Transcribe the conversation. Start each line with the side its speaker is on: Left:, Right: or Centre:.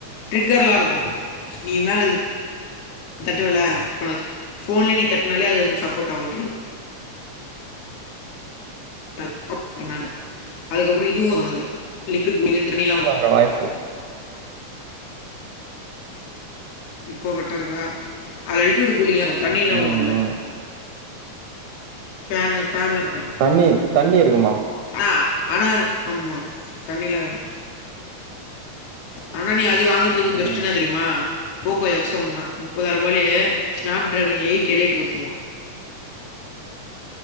Left: ட்ரிக்கர்லா இருக்கு நீ மேலருந்து தட்டுவல அ ஃபோன்ல நீ தட்னாலே அது வந்து சப்போர்ட் ஆகு ட்ரிக் <inaudible> அதுக்கப்ற இதுவு இருக்கு அரர்துல லிக்குக்கு மேல தண்ணிலா வரு
Right: இப்ப வாய்சு
Left: இப்ப விட்டுடுங்க அதுல லிக்யூடு கூலிங்கா இருக்கு தண்ணில
Right: ம்
Left: ஓடுல்ல
Right: ம்
Left: ஃபேனு ஃபேன்ல ஒக்காருவாங்க
Right: தண்ணி தண்ணி இருக்குமா
Left: ஆ ஆனா ஆமா தண்ணிலா இருக் ஆனா நீ அது வாங்கற்த்துக்கு பெஸ்ட்
Right: ம்
Left: என்ன தெரியுமா போகோ எஃப் செவன்னா முப்பதாயிர்ரூபாலயே ஸ்நாப் டிராகன் எயட் எலைட் குடுத்துருவா